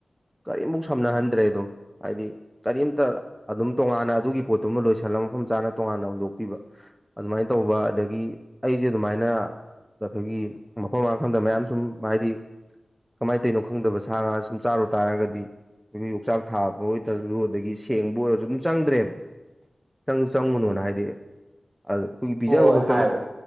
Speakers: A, in the centre; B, on the right.
A: ꯀꯔꯤꯃꯨꯛ ꯁꯝꯅꯍꯟꯗ꯭ꯔꯦ
B: ꯑꯥ
A: ꯑꯗꯨꯝ ꯍꯥꯏꯗꯤ ꯀꯔꯤꯝꯇ ꯑꯗꯨꯝ ꯇꯣꯉꯥꯟꯅ ꯑꯗꯨꯒꯤ ꯄꯣꯠꯇꯨꯃ ꯂꯣꯏꯁꯤꯜꯂꯒ ꯃꯐꯝ ꯆꯥꯅ ꯇꯣꯉꯥꯟꯅ ꯍꯨꯟꯗꯣꯛꯄꯤꯕ ꯑꯗꯨꯃꯥꯏꯅ ꯇꯧꯕ ꯑꯗꯒꯤ ꯑꯒꯤ ꯑꯩꯁꯦ ꯑꯗꯨꯃꯥꯏꯅ ꯑꯩꯈꯣꯏꯒꯤ ꯃꯐꯝ ꯃꯥꯡꯈꯟꯗ ꯃꯌꯥꯝ ꯁꯨꯝ ꯍꯥꯏꯗꯤ ꯀꯃꯥꯏꯅ ꯇꯧꯅꯣ ꯈꯪꯗꯕ ꯁꯥ ꯉꯥ ꯁꯨꯝ ꯆꯥꯔꯨ ꯇꯥꯔꯒꯗꯤ ꯑꯩꯈꯣꯏ ꯌꯣꯡꯆꯥꯛ ꯊꯥꯕ ꯑꯣꯏꯇꯔꯁꯨ ꯑꯗꯒꯤ ꯁꯦꯡꯕ ꯑꯣꯏꯔꯁꯨ ꯑꯗꯨꯝ ꯆꯪꯗ꯭ꯔꯦꯕ ꯆꯪꯁꯨ ꯆꯪꯉꯨꯅꯣꯅ
B: ꯎꯝ
A: ꯍꯥꯏꯗꯤ ꯑ ꯑꯩꯈꯣꯏꯒꯤ ꯄꯤꯖꯕ
B: ꯍꯣꯏ
A: ꯈꯛ
B: ꯍꯥꯏꯕ